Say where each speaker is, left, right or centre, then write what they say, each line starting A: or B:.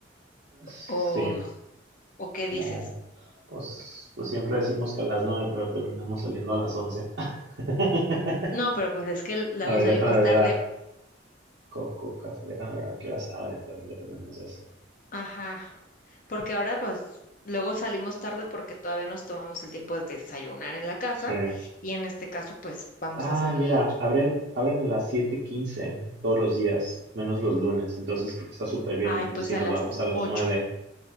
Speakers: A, on the right; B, on the left.
A: sí,
B: o, o ¿qué
A: como,
B: dices?
A: pues, pues siempre decimos que a las nueve, pero terminamos saliendo a las once. <laughs>
B: No, pero pues es que luego
A: A ver,
B: salimos
A: déjame
B: tarde.
A: ver a Coco Café, déjame ver a qué hora saben, también dependemos de eso.
B: Ajá. Porque ahora pues luego salimos tarde porque todavía nos tomamos el tiempo de desayunar en la casa
A: Sí.
B: y en este caso pues vamos
A: Ah,
B: a salir,
A: mira, abren, abren a las siete quince todos los días, menos los lunes, entonces creo que está súper bien.
B: ay, pues
A: Si
B: a
A: nos
B: las
A: vamos a las
B: ocho.
A: nueve